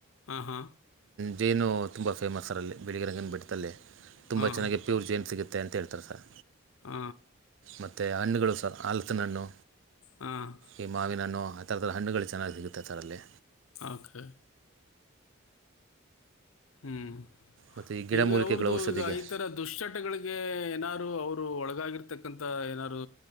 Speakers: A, on the left (about 75°); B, on the right (about 65°).
A: ಹಾಂ ಹಾಂ
B: ಜೇನು ತುಂಬ ಫೇಮಸ್ ಸರ ಅಲ್ಲಿ ಬೆಳಿಗ್ಗೆ ರಂಗನ ಬಿಟ್ಟಲ್ಲಿ ತುಂಬ
A: ಹಾಂ
B: ಚೆನ್ನಾಗಿ ಪ್ಯೂರ್ ಜೆನ್ ಸಿಗುತ್ತೆ ಅಂತ ಹೇಳ್ತಾರೆ ಸರ್
A: ಹ
B: ಮತ್ತು ಹಣ್ಣುಗಳು ಸರ್ ಆಲತನಣ್ಣು
A: ಹಾಂ
B: ಈ ಮಾವಿನಹಣ್ಣು ಆಥರದರ ಹಣ್ಣಗಳು ಚೆನ್ನಾಗಿ ಸಿಗುತ್ತೆ ಥರಲ್ಲಿ
A: ಆಕೆ ಹ್ಮ್
B: ಮತ್ತು ಈ ಗಿಡಮೂಲಿಕೆಗಳು
A: ಈಗ ಅವ್ರದು
B: ಔಷಧಿಗೆ
A: ಈಗ ಈ ತರ ದುಶ್ಚಟಗಳಿಗೆ ಏನಾದು ಅವರು ಒಳಗ ಬದಲಾಗಿರ್ರ್ತಕ್ಕಂಥ ಏನಾರ್ರು